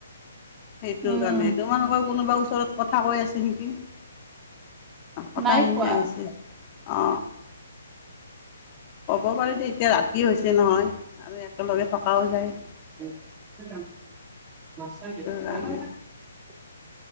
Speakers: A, on the left; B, on the right.
A: সেইটোৰ
B: উম
A: কাৰণে তোমাৰোকৰ <unintelligible> কোনোবা ওচৰত কথা কৈ আছে নেকি কথাখিনি
B: নাই কোৱা
A: আহিছে অ ক'ব পাৰি যে এতিয়া ৰাতি হৈছে নহয় আৰু একেলগে থকাও যায়
B: <unintelligible>
A: সেইটো কাৰণে
B: উম